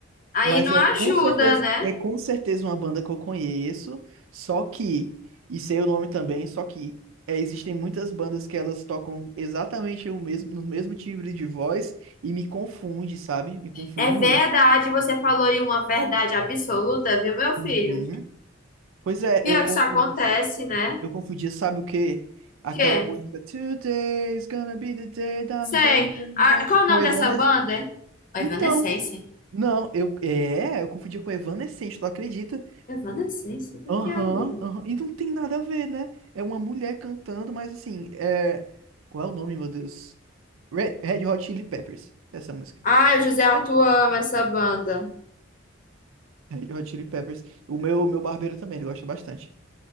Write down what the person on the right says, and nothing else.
Mas
é
com certeza,
é com certeza uma banda que eu conheço, só que, e sei o nome também, só que é, existem muitas bandas que elas tocam exatamente o mesmo, no mesmo timbre de voz e me confunde, sabe? Me confunde
muito.
Uhum. Pois é,
eu confundi,
eu confundia, sabe o quê? Aquela
música Today's gonna be the day that
I'm going to be
back
com
Evanescence.
Então,
não, eu é, eu confundia com Evanescence, tu acredita?
Aham,
aham. E não tem nada a ver, né? É uma mulher cantando, mas assim, é... Qual é o nome, meu Deus? Red, Red Hot Chili Peppers. Essa música.
Red Hot Chili Peppers. O meu, meu barbeiro também, ele gosta bastante.